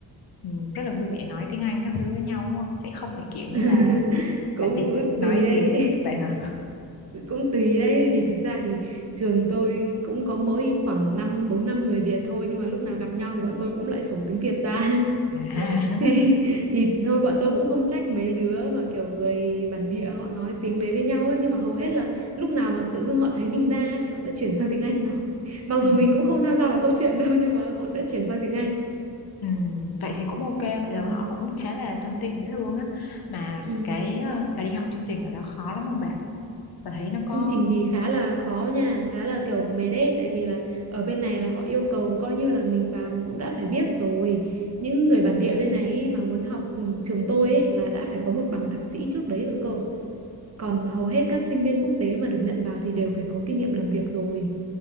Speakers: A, on the left (about 70°); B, on the right (about 40°).
A: ừ, rất là vui vẻ nói tiếng Anh các thứ với nhau đúng không? Sẽ không phải kiểu như
B: <laughs>
A: là
B: cũng
A: bản địa sẽ nói
B: tùy đấy
A: tiếng vậy hả?
B: <laughs> cũng tùy đấy vì thực ra thì trường tôi cũng có mỗi khoảng năm bốn năm người Việt thôi nhưng mà lúc nào gặp nhau thì bọn tôi cũng lại sổ tiếng Việt ra <laughs>
A: À,
B: thì
A: <laughs>
B: <laughs> thì thôi bọn tôi cũng không trách mấy đứa mà kiểu người bản địa họ nói tiếng đấy với nhau ấy nhưng mà hầu hết là lúc nào mà tự dưng họ thấy mình ra ấy, thì họ sẽ chuyển sang tiếng Anh nói <laughs> mặc
A: ừ.
B: dù mình cũng không tham gia vào câu chuyện đâu nhưng mà họ sẽ chuyển sang tiếng Anh
A: Ừ, vậy thì cũng ok vậy
B: ừ.
A: là họ cũng khá là thân thiện dễ thương á mà
B: Ừ.
A: cái ờ, bà đi học chương trình ở đó khó lắm không bà bà thấy nó có
B: Chương trình thì khá là khó nha khá là kiểu mệt ấy tại vì là ở bên này là họ yêu cầu coi như là mình vào mình cũng đã phải biết rồi những người bản địa bên này ấy mà muốn học ừ, trường tôi ấy là đã phải có một bằng thạc sĩ trước đấy rồi cơ Còn hầu hết các sinh viên quốc tế mà được nhận vào thì đều phải có kinh nghiệm làm việc rồi.